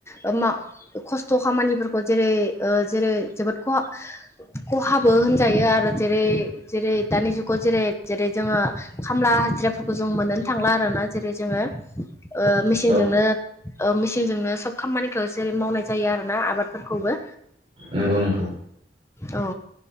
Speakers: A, on the left; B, on the right.
A: ओ मा खस्थ' खामानिफोरखौ जेरै ओ जेरै जोबोद खहा खहाबो होनजायो आरो जेरै जेरै दानि जुगाव जेरै जेरै जोङो खामला हाजिराफोरखौ जों मोनोनो थांला आरोना जेरै जोङो ओ मेचिनजोंनो
B: औ
A: ओ मेचिनजोंनो सब खामानिखौ जेरै मावनाय जायो आरो ना आबादफोरखौबो
B: नंगौ नंगौ।
A: औ